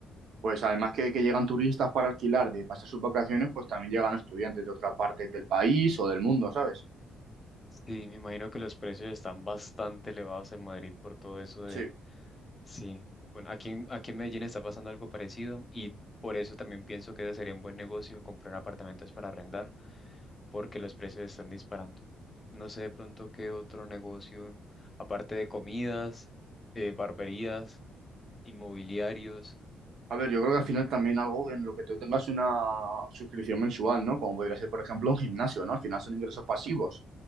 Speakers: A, on the right; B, on the left.
A: pues además que, que llegan turistas para alquilar, de pasar sus vacaciones, pues también llegan estudiantes de otras partes del país o del mundo, ¿sabes?
B: Sí, me imagino que los precios están bastante elevados en Madrid por todo eso de...
A: Sí.
B: Sí, bueno, aquí en, aquí en Medellín está pasando algo parecido y por eso también pienso que ese sería un buen negocio comprar apartamentos para arrendar, porque los precios están disparando. No sé de pronto qué otro negocio, aparte de comidas, eh, barberías, inmobiliarios,
A: A ver, yo creo que al final también algo en lo que tú tengas una suscripción mensual, ¿no? Como podría ser, por ejemplo, un gimnasio, ¿no? Al final son ingresos pasivos